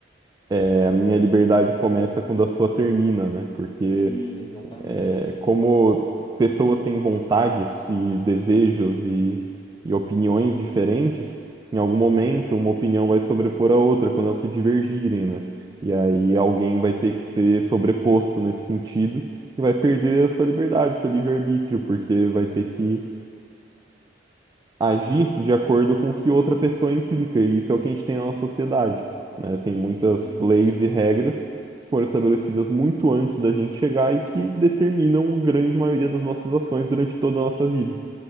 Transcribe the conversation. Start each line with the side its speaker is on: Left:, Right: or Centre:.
Right: é, a minha liberdade começa quando a sua termina, né? Porque
Left: Sim, exatamente.
Right: é, como pessoas têm vontades e desejos e, e opiniões diferentes, em algum momento uma opinião vai sobrepor a outra quando elas se divergirem, né? E aí alguém vai ter que ser sobreposto nesse sentido e vai perder a sua liberdade, seu livre-arbítrio, porque vai ter que agir de acordo com o que outra pessoa implica, e isso é o que a gente tem na nossa sociedade, né? Tem muitas
Left: Exatamente.
Right: leis e regras que foram estabelecidas muito antes da gente chegar e que determinam a grande maioria das nossas ações durante toda a nossa vida.